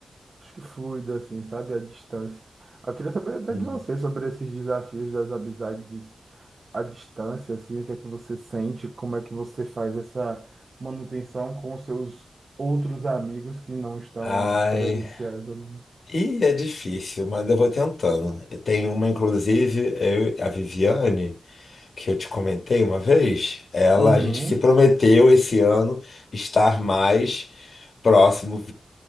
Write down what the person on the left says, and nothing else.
Uhum.
Ai,
ih, é difícil, mas eu vou tentando. Tem uma, inclusive, eu- a Viviane, que eu te comentei uma vez, ela,
a gente se prometeu esse ano estar mais próximo